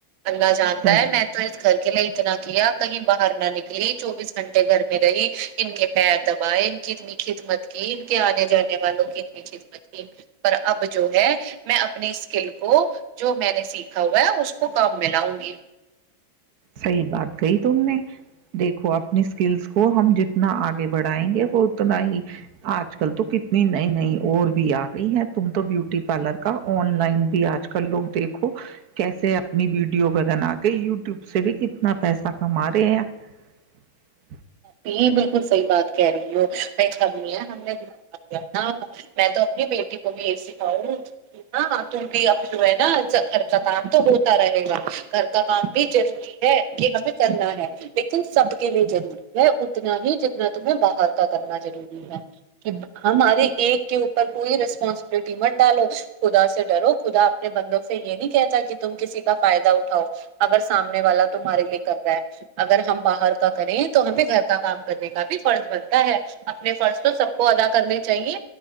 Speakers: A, on the right (about 80°); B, on the right (about 55°).
A: اللہ جانتا
B: صحیح
A: ہے میں تو اس گھر کے لیے اتنا کیا کہیں باہر نہ نکلی چوبیس گھنٹے گھر میں رہی ان کے پیر ان کی اتنی خدمت کی ان کے آنے جانے والوں کی اتنی خدمت پر اب جو ہے <unintelligible> میں اپنی اسکل کو جو میں نے سیکھا ہوا ہے اس کو کام میں لاؤں گی
B: صحی بات کہی تم نے دیکھو اپنی اسکلس کو ہم جتنا آگے بڑھائیں گے وہ اتنا ہی آج کل تو کتنی نئی نئی اور بھی آ گئی ہے تم تو بیوٹی پارلر کا آن لائن بھی آج کل لوگ دیکھو کیسے اپنی ویڈیو بگنا کے یوب <unintelligible> وب سے بھی کتنا پیسہ کما رہے ہیں <unintelligible>
A: پ ب <unintelligible> خ صحی بات کہہ رہی ہو <unintelligible> ک نہیں ہے ہم نے د میں تو <unintelligible> بیٹی کو بھی یہ سکھاؤں کہ ہاں تم بھی اب جو ہے نا گھر کا کام تو ہوتا رہے گا گھر کا کام بھی ضروری ہے کہ ہمیں کرنا ہے لیکن سب کے لیے ضروری اتنا ہی جتنا تمہیں باہر کا کرنا ضروری ہے کہ ہمارے ایک کے اوپر کوئی رسپانسبلٹی مت ڈالو <unintelligible> خدا سے ڈرو خدا اپنے بندوں سے یہ نہیں کہتا کہ تم کسی کا فائدہ اٹھاؤ اگر سامنے والا تمہارے لیے کر رہا ہے اگر ہم باہر کا کریں تو ہمیں گھر کا کام کرنے کا بھی فرض بنتا ہے اپنے فرض تو سب کو ادا کرنے چاہیے